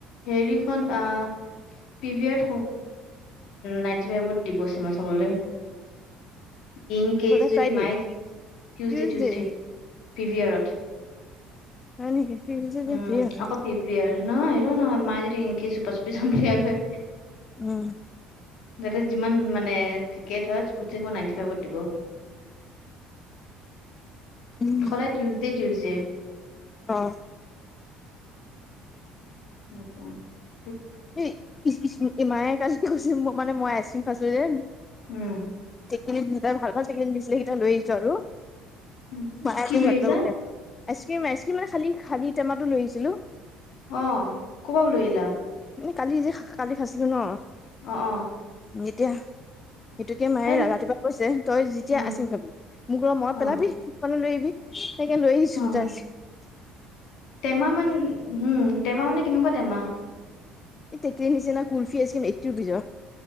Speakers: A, on the left; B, on the left.
A: হেৰিখন আ পিভিয়েট <unintelligible> দিব চিব চাবলৈ <inaudible> ইন কেচ
B: ক'লে
A: যদি
B: ফ্ৰাইডে
A: মাই টিউচডে
B: টিউজডে
A: টিউচডে পিভিয়েৰট
B: হয় নেকি টিউজডে
A: উম
B: ফ্ৰী নাথাকো
A: আকৌ পিপি আৰু নহ এইটো ন মাই যদি ইংকি চোপা চোপি <unintelligible>
B: উম
A: তাতে যিমান মানে টিকেট হয় <unintelligible> নাইণ্টি ফাইভত দিব <inaudible>
B: উম,
A: সদায় টিউজডে টিউজডে
B: অ
A: সেইটোৱে
B: <unintelligible> কৈছে মানে মই আইচক্ৰীম খাইছো যে
A: উম
B: সেই যোনটাই ভাল ভাল চিকেন দিছিলে সেইটা লৈ আহছো আৰু
A: উম।
B: <unintelligible>
A: কি লৈ আহিছা
B: আইচ ক্ৰীম আইচ ক্ৰীম মানে খালী খালীটেমাতো লৈ আহিছিলো
A: অহ কবাও লৈ আহিলা
B: কালি যে কালি খাইছিলো ন
A: অ অ
B: যেতিয়া সেইটোকে মায়ে
A: খাই
B: ৰাতিপুৱা কৈছে তই যেতিয়া
A: অ
B: আইছক্ৰীম খাবি মোক অলপ মনত
A: অ
B: পেলাবি লৈ আহিবি সেইকাৰণে লৈ আহিছোঁ
A: অ
B: দুটা আইছক্ৰীম।
A: টেমা মান হম টেমা মানে কেনেকুৱা টেমা।
B: এই তোকেই নিচিনা কুলফি আছিলৈ এইটি ৰূপিছ